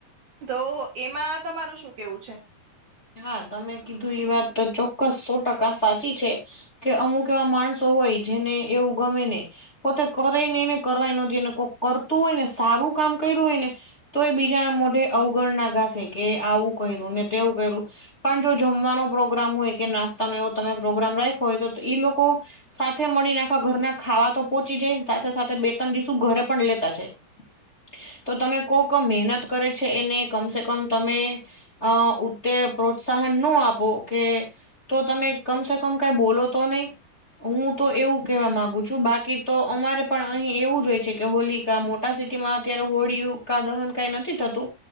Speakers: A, on the right; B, on the left.
A: તો એમાં તમારું, શું કેવું છે.
B: હા તમે કીધું એ વાત તો ચોક્કસ, સો ટકા સાચી છે. કે અમુક એવા, માણસો હોય જેને ગમેનહી. પોતે કરે નહી, ને કરવાય નો દે, કોક કરતું હોય ને સારું કામ કર્યું હોય ને તો એ બીજાના મોઢે અવગણના ગાસે, કે આવું કર્યું ને તેવું કર્યું. પણ જો જમવાનો પ્રોગ્રામ હોય, કે નાસ્તાનો એવો તમે પ્રોગ્રામ રાખોયો, હોય તો એ લોકો સાથે મળીને આખા ઘરના ખાવા તો પોહોચી જાય, સાથે સાથે બે ત્રણ દિવસનું ઘરે લેતા જાય. <inaudible> <unintelligible> તો તમે કોક મહેનત કરે છે. એને કમસે તમે અ તે પ્રોત્સાહન ન આપો કે, તો તમે કમસે કમ કઈ બોલો તો નઈ. હું તો એવું કેવા માંગુ છું. બાકી તો અમારે પણ અહી એવું જ હોય છે. કે હોલી મોટા સિટીમાં અત્યારે હોળિયું, કા દહન કઈ નથી થતું.